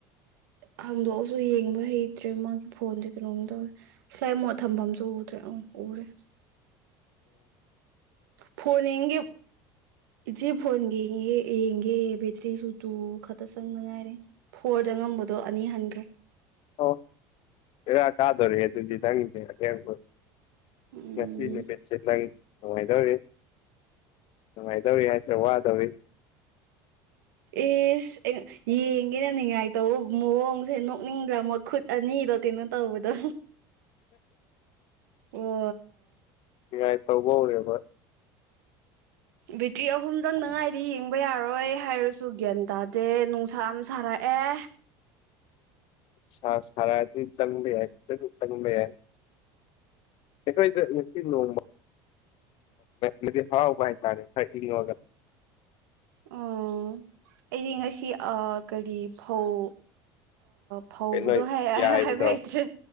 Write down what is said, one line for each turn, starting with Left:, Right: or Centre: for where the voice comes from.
Right: ꯍꯥꯡꯗꯣꯛꯑꯁꯨ ꯌꯦꯡꯕ ꯍꯩꯇ꯭ꯔꯦ ꯃꯥꯒꯤ ꯐꯣꯟꯁꯦ ꯀꯩꯅꯣꯝ ꯇꯧꯋꯦ ꯁ꯭ꯂꯥꯏ ꯃꯣꯠ ꯊꯝꯐꯝꯁꯨꯨ ꯎꯗ꯭ꯔꯦ ꯑ ꯎꯔꯦ ꯐꯣꯟ ꯌꯦꯡꯒꯦ ꯏꯆꯦ ꯐꯣꯟ ꯌꯦꯡꯉꯦ ꯌꯦꯡꯒꯦ ꯕꯦꯇ꯭ꯔꯤ ꯁꯨ ꯇꯨ ꯈꯛꯇ ꯆꯪꯅꯉꯥꯏꯔꯦ ꯐꯣꯔꯗ ꯉꯝꯕꯗꯣ ꯑꯅꯤ ꯍꯟꯈ꯭ꯔꯦ
Left: ꯑꯣ ꯏꯔꯥ ꯇꯥꯗꯣꯣꯔꯦ ꯑꯗꯨꯗꯤ ꯆꯪꯁꯦ ꯑꯦꯡꯈ
Right: ꯎꯝ
Left: ꯉꯁꯤꯅꯨꯃꯤꯠꯁꯦ ꯅꯪ ꯅꯨꯡꯉꯥꯏꯗꯧꯔꯤ ꯅꯨꯡꯉꯥꯏꯗꯧꯔꯤ ꯍꯥꯏꯁꯤꯔ ꯋꯥꯗꯧꯔꯤ
Right: ꯏꯁ ꯌꯦꯡꯒꯦꯅ ꯅꯤꯡꯉꯥꯏ ꯇꯧꯕ ꯃꯑꯣꯡꯁꯦ ꯅꯣꯛꯅꯤꯡꯗ꯭ꯔ ꯃꯈꯠ ꯑꯅꯤꯗꯣ ꯀꯩꯅꯣ ꯇꯧꯕꯗꯣ ꯑꯣ
Left: ꯉꯥꯏ ꯇꯧꯕ ꯍꯧꯔꯦꯕ
Right: ꯕꯦꯇ꯭ꯔꯤ ꯑꯍꯨꯝ ꯆꯪꯅꯉꯥꯏꯗꯤ ꯌꯦꯡꯕ ꯌꯥꯔꯣꯏ ꯍꯥꯏꯔꯁꯨ ꯒ꯭ꯌꯥꯟ ꯇꯥꯗꯦ ꯅꯨꯡꯁꯥ ꯑꯃ ꯁꯥꯔꯛꯦ ꯑꯦ
Left: ꯁꯥ ꯁꯔꯗꯤ ꯆꯪꯕ ꯌꯥ ꯌꯥ ꯆꯪꯕ ꯌꯥꯏ ꯑꯩꯈꯣꯏꯁꯤ ꯅꯣꯡꯃ ꯃꯩꯗꯤ ꯍꯔꯥꯎꯕ ꯍꯥꯏ ꯇꯥꯔꯦ ꯈꯔ ꯏꯪꯉꯒ
Right: ꯑꯣ ꯑꯩꯗꯤ ꯉꯁꯤ ꯀꯔꯤ ꯐꯧ ꯐꯧꯕꯗꯣ
Left: ꯀꯩꯅꯣ
Right: ꯍꯥꯏ
Left: ꯌꯥꯏꯕꯗꯣ
Right: ꯍꯥꯏꯕꯇ꯭ꯔꯦ